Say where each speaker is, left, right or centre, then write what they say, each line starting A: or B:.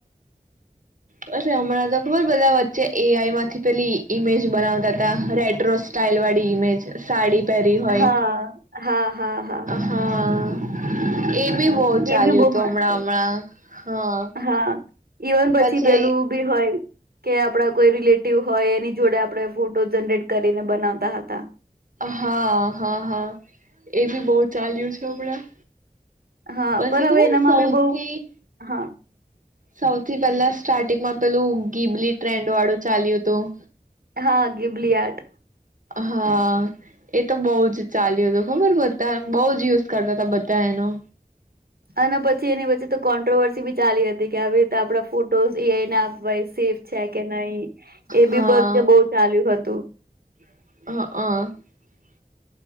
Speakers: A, on the right (about 55°); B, on the right (about 75°).
A: બ હમણાં તો ખબર બધા વચ્ચે એ આઈમાંથી પેલી ઈમેજ બનાવતા હતા રેડ રોઝ સ્ટાલ વાળી ઇમેજ સાડી પરી હોય
B: હા હા હા હા
A: હા હ એ બી બહુ ચાલ્યું
B: એ બી બહુ
A: હતું
B: મસ્ત
A: હમણાં હમણાં હા
B: હા ઇવન
A: પછી
B: પેલું બી હોય કે આપડા કોઈ રિલેટિવ હોય એની જોડે આપણે ફોટો જનરેટ કરીને બનાવતા હતા
A: હા હા હા એ બી બહુ ચાલ્યું છે હમણાં
B: હા
A: પછી
B: પણ હવે
A: ખબર
B: એનામાં
A: સૌથી
B: બી બહ ઉ હા
A: સૌથી પેલા સ્ટાર્ટિંગમાં પેલું ગીબલી ટ્રેન્ડ વાળું ચાલ્યું હતું.
B: હા ગિબલી આર્ટ
A: હા એ તો બહુ જ ચાલ્યું હતું ખબર બધા બહ જ યુઝ કરતા હતાા બધા એનો
B: અને પછી એની વચ્ચે તો કોન્ટ્રોવર્સી બી ચાલી હતી કે આવી રીતે આપડા ફોટોઝ એઆઈ ભાઈ સેફ છે કે નહીિ એ
A: હા
B: બી બધે બહુ ચાલ્યું હતું. તો
A: હા હ